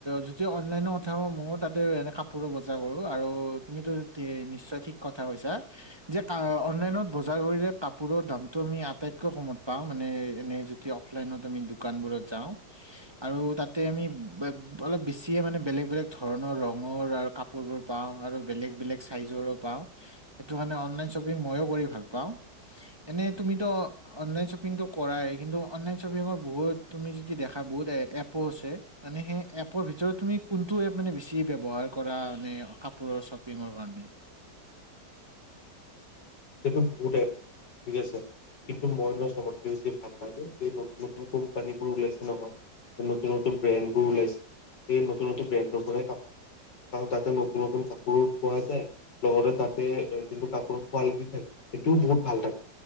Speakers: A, on the right; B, on the left.
A: যদি অনলাইনৰ কথা কওঁ ময়ো তাতে এনে কাপোৰৰ বজাৰ কৰোঁ, আৰু তুমিতো তে, নিশ্চয় ঠিক কথা কৈছা, যে কা অনলাইনত বজাৰ কৰিলে কাপোৰৰ দামটো আমি আটাইতকৈ কমত পাওঁ মানে এনে যেতিয়া অফলাইনত আমি দোকানবোৰত যাওঁ। আৰু তাতে আমি ব, অলপ বেছিয়ে মানে বেলেগ বেলেগ ধৰণৰ ৰঙৰ আৰু কাপোৰবোৰ পাওঁ আৰু বেলেগ বেলেগ চাইজৰো পাওঁ। সেইটো কাৰণে অনলাইন শ্বপিং মইয়ো কৰি ভাল পাওঁ। এনে তুমিতো অ, অনলাইন শ্বপিংতটো কৰাই কিন্তু অনলাইন শ্বপিঙৰ বহুত তুমি যদি দেখা বহুত এ এপো আছে, মানে সেই এপৰ ভিতৰত তুমি কোনটো এপ মানে বেছি ব্যৱহাৰ কৰা, এনেই কাপোৰৰ শ্বপিংৰ কাৰণে?
B: সেইটো বহুত এপ, ঠিক আছে। কিন্তু মই নহয় চবতকে বেছি ভাল লাগে এই নতুন-নতুন কোম্পানীবোৰ ওলাইছে। নহয়, নতুন - নতুন ব্ৰেণ্ড বোৰ ওলাইছে, সেই নতুন - নতুন ব্ৰেণ্ডৰ পৰাই কাপোৰ লোৱা হয়। কাৰণ তাতে নতুন - নতুন কাপোৰ পোৱা যায়, লগতে তাতে যোনটো কাপোৰত কোৱালিটি থাকে, সেইটোও বহুত ভাল থাকে,